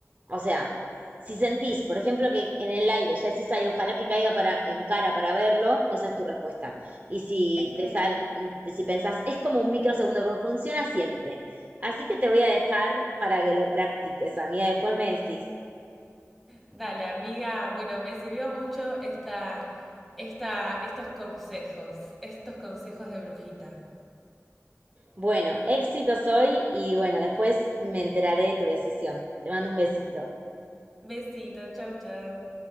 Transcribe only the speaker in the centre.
Es que
Dale, amiga. Bueno, me sirvió mucho esta, esta, estos consejos, estos consejos de brujita.
Besito, chau, chau.